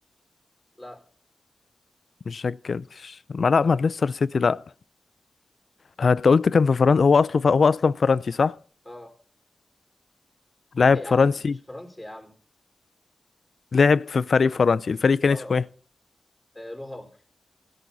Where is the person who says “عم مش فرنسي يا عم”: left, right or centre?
Centre